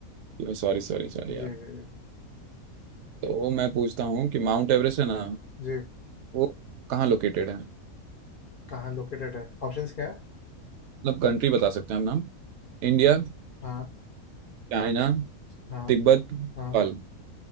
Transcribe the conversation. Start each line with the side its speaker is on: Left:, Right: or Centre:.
Right: सॉरी सॉरी सॉरी
Left: जी
Right: यार
Left: जी जी
Right: तो मैं पूछता हूँ कि माउंट एवरेस्ट है ना
Left: जी
Right: वो कहाँ लोकेटेड है
Left: कहाँ लोकेटेड है ऑप्शंस क्या है
Right: मतलब कंट्री बता सकते हैं हम नाम India
Left: हाँ
Right: China
Left: हाँ
Right: Tibet Nepal
Left: हाँ